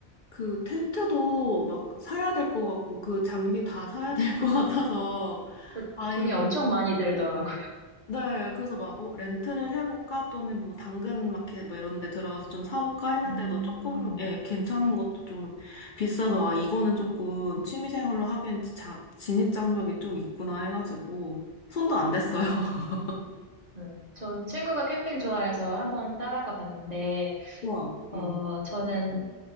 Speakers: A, on the left (about 55°); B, on the right (about 40°).
A: 그 텐트도 막 사야 될 것 같고 그 장비 다 사야 될 것 같아서
B: 그
A: 아예
B: 돈이 엄청 많이 들더라고요.
A: 네 그래서 막 어, 렌트를 해볼까 또는 뭐 당근 마켓 뭐 이런 데 들어가서 좀 사볼까 했는데도
B: <laughs> 음,
A: 조금 예 괜찮은 것도 좀 비싸서 아 이거는 조금 취미생활로 하기엔 자, 진입 장벽이 좀 있구나 해가지고 손도 안 댔어요. <laughs>
B: 네. 전 친구가 캠핑 좋아해서 한번 따라가 봤는데
A: 우와.
B: 어,
A: 음.
B: 저는,